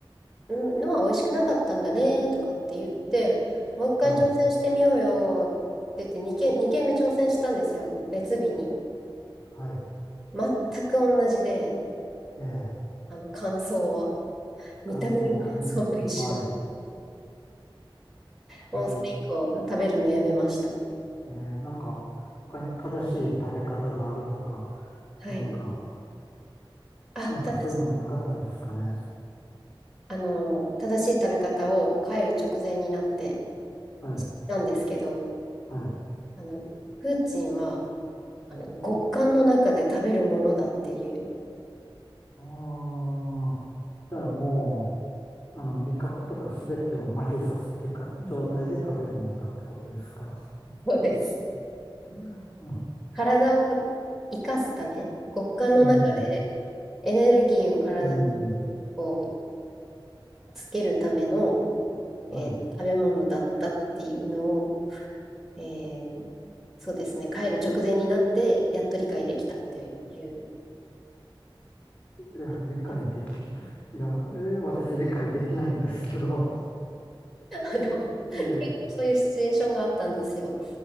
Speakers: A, in the centre; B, on the left (about 15°).
A: んのは美味しくなかったんだねとかって言って、もう一回挑戦してみようよって言って2件二軒目挑戦したんですよ、
B: はい、
A: 別日に。
B: はい、
A: 全く同じで、
B: ええ、
A: あの感想は。見た目の感想も一緒で。
B: 感想は同じ。はい。
A: もうそれ以降、
B: ええ、
A: 食べるのやめました。
B: ええ、なんか、他に正しい食べ方があるとか、
A: はい。
B: なんか、
A: あ、
B: なんかそういうのはなかったんですかね。
A: ただし、あの、正しい食べ方を帰る直前になって
B: はい、
A: たんですけど、
B: はい。
A: あの、プーチンは、あの、極寒の中で食べるものだっていう
B: ああ、じゃあもう、あの、味覚とかすべてを麻痺させてか、状態で食べるもんだってことですか。
A: そうです。
B: うん、
A: 体を生かすため、極寒の中で
B: うん、
A: エネルギーを体に
B: うん。
A: こうつけるための、
B: はい。
A: えー食べ物だったっていうのを、えーそうですね、帰る直前になってやっと理解できたっていう。
B: いや、
A: <laughs>
B: 理解でき、いや、えー私理解できないんですけど、
A: あの、
B: <laughs>
A: 結構そういうシチュエーションがあったんですよ。
B: ええ